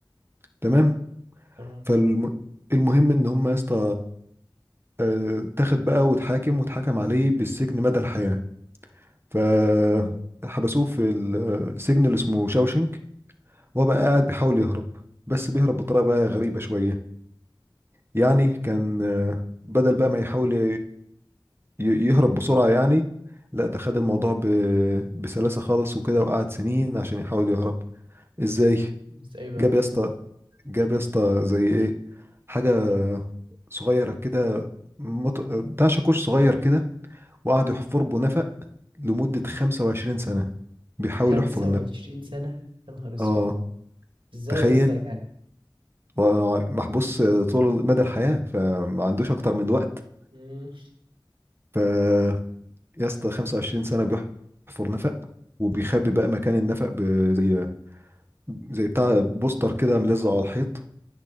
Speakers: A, on the right; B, on the right.
A: تمام
B: تمام
A: فالمهم ان هم يا اسطى آه، اتاخد بقى واتحاكم واتحكم عليه بالسجن مدى الحياة فحبسوه في السجن اللي اسمه شاوشنك وهو بقى قاعد بيحاول يهرب بس بيهرب بطريقة بقى غريبة شوية يعني كان آه، بدل بقى ما يحاول ي- ي- يهرب بسرعة يعني لا ده خد الموضوع ب- بسلاسة خالص وكده وقعد سنين عشان يحاول يهرب ازاي
B: بس ايه بقى
A: جاب يا اسطى جاب يا اسطى زي ايه حاجة صغيرة كده مط- بتاع شاكوش صغير كده وقعد يحفر بنفق لمدة 25 سنة بيحاول
B: 25
A: يحفر النفق
B: سنه يا نهار اسود
A: اه
B: ازاي
A: تخيل
B: يا اسطى
A: هو محبوس طول مدى الحياة فما عندوش أكتر من الوقت
B: يعني
A: ف يا اسطى 25 سنة بيحفر نفق وبيخبي بقى مكان النفق ب- زي زي بتاع بوستر كده ملزق على الحيط